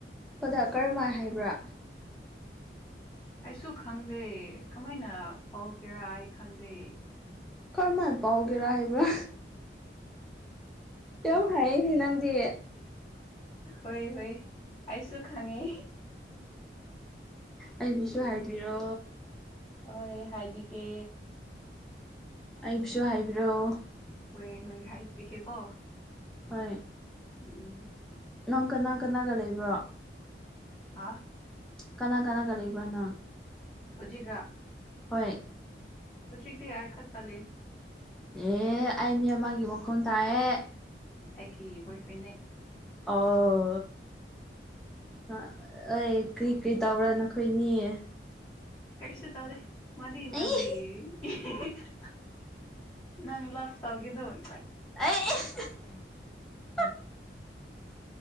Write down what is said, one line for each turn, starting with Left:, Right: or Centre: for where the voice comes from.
Centre: ꯄꯗ ꯀꯔꯝꯃꯥꯏ ꯍꯥꯏꯕ꯭ꯔꯥ
Left: ꯑꯩꯁꯨ ꯈꯪꯗꯦ ꯀꯃꯥꯏꯅ ꯄꯧꯒꯦꯔꯥ ꯑꯩ ꯈꯪꯗꯦ
Centre: ꯈꯔꯃꯥꯏ ꯄꯥꯎꯒꯦꯔꯥ ꯍꯥꯏꯕ꯭ꯔꯥ ꯌꯥꯝ ꯍꯩꯌꯦꯅꯦ ꯅꯪꯗꯤ
Left: ꯍꯣꯏ ꯍꯣꯏ ꯑꯩꯁꯨ ꯈꯪꯉꯦ
Centre: ꯑꯩꯕꯨꯁꯨ ꯍꯥꯏꯕꯤꯔꯣ
Left: ꯑꯍꯣꯏ ꯍꯥꯏꯕꯤꯒꯦ
Centre: ꯑꯩꯕꯨꯁꯨ ꯍꯥꯏꯕꯤꯔꯛꯑꯣ
Left: ꯍꯣꯏ ꯍꯣꯏ ꯍꯥꯏꯕꯤꯒꯦꯀꯣ
Centre: ꯍꯣꯏ
Left: ꯎꯝ
Centre: ꯅꯪ ꯀꯅꯥ ꯀꯅꯥꯒ ꯂꯩꯕ꯭ꯔꯣ
Left: ꯍꯥꯥ
Centre: ꯀꯅꯥ ꯀꯅꯥꯒ ꯂꯩꯕ꯭ꯔꯥ ꯅꯪ
Left: ꯍꯧꯖꯤꯛꯔꯥ
Centre: ꯍꯣꯏ
Left: ꯍꯧꯖꯤꯛꯗꯤ ꯑꯩ ꯈꯛꯇꯥ ꯂꯩꯌꯦ
Centre: ꯑꯦ ꯑꯩ ꯃꯤ ꯑꯃꯒꯤꯒꯤ ꯃꯈꯣꯟ ꯇꯥꯏꯑꯦ
Left: ꯑꯩꯒꯤ ꯕꯣꯏ ꯐ꯭ꯔꯦꯟꯅ‌ꯦ
Centre: ꯑꯣ ꯑ‌ꯣꯏ ꯀ꯭ꯔꯤ ꯀꯩ ꯇꯧꯕꯕ꯭ꯔꯥ ꯅꯈꯣꯏꯅꯦꯌꯦ
Left: ꯀꯩꯁꯨ ꯇꯧꯗꯦ ꯃꯗꯤ
Centre: ꯑꯩ
Left: ꯃꯥꯒꯤ <unintelligible> ꯅꯪ ꯂꯥ꯭ꯐ ꯇꯧꯒꯤꯅꯨ <unintelligible>
Centre: ꯑ <unintelligible>